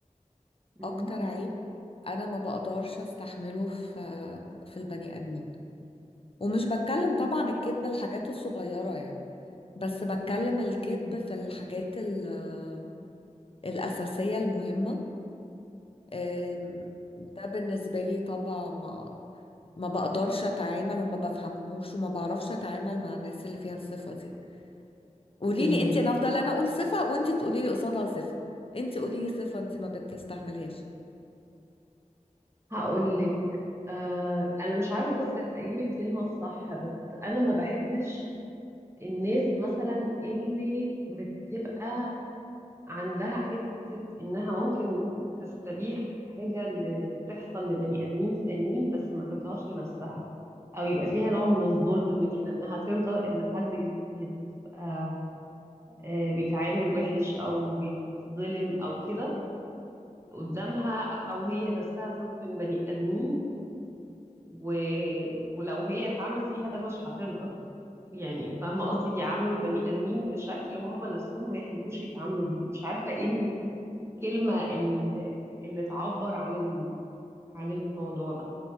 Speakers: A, on the right (about 20°); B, on the left (about 45°).
A: مم.
B: اكتر عيب انا ما بقدرش استحمله في في البني ادمين ومش بتكلم طبعا الكذب الحاجات الصغيره يعني بس بتكلم الكذب
A: مم.
B: في الحاجات ال- الاساسيه المهمه آم، ده بالنسبه لي طبعا ما ما بقدرش اتعامل وما بفهمهوش وما بعرفش اتعامل مع الناس اللي فيها الصفه دي قولي
A: مم.
B: لي انت انا افضل انا اقول صفه وانت تقولي لي قصادها صفه انت قولي لي صفه انت ما بتستحملهاش
A: هقول لك آه انا مش عارفة بس اجيب الكلمة الصح بس انا ما بحبش الناس مثلا اللي بتبقى عندها حتة انها ممكن تستبيح حاجة اللي تحصل لبني ادمين تانيين بس ما ترضاش لنفسها او يبقى فيها نوع من الظلم كده انها ترضى ان حد يت- يبقى آه، بيتعامل وحش او بيتظلم او كده قدامها او هي نفسها تظلم بني ادمين و... ولو هي اتعمل فيها ده مش هترضى يعني فاهمه قصدي يعاملوا البني ادمين بشكل هم نفسهم ما يحبوش يتعاملوا بيه مش عارفه ايه الكلمه اللي, اللي تعبر عن ال... عن الموضوع ده